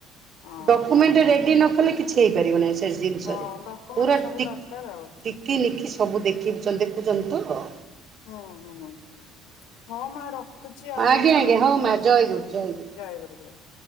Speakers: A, on the left; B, on the right.
A: ହଁ
B: ଡକୁମେଣ୍ଟ ରେଡି ନକଲେ ନହେଲେ କିଛି ହେଇପାରିବ ନାହିଁ ସେ ଜିନିଷରେ
A: ହଁ ଡକ୍ୟୁମେଣ୍ଟ
B: ପୁରା
A: ସବୁ
B: ଟିକ
A: ଦରକାର ଆଉ
B: ଟିକି ନଖି ସବୁ ଦେଖିବେ। ଚନ୍ଦ ଦେଖୁଛନ୍ତି ତ।
A: ହୁଁ ହୁଁ ହଁ ମା ରଖ ରଖୁଛି ଆଉ
B: ଆଜ୍ଞା
A: ପରେ
B: ଆଜ୍ଞା ହଉ
A: କେତେବେଳେ
B: ମା
A: କରିବି
B: ଜୟ ଗୁରୁ
A: ଆଉ
B: ଜୟ ଗୁରୁ
A: ଜୟ ଗୁରୁ ଜୟ ଗୁରୁ।